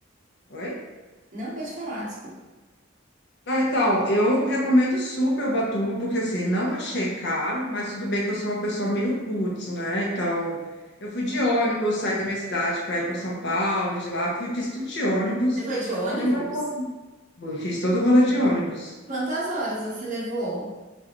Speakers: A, on the left; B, on the right.
A: Oi?
B: Não pode falar, desculpa.
A: Ah, então, eu recomendo super Ubatuba, porque assim, não achei caro, mas tudo bem que eu sou uma pessoa meio roots, né? Então, eu fui de ônibus, saí da minha cidade para ir para São Paulo, e de lá, fui, fiz tudo de ônibus,
B: Você foi de ônibus?
A: demorou, fiz todo o rolê de ônibus.
B: Quantas horas você levou?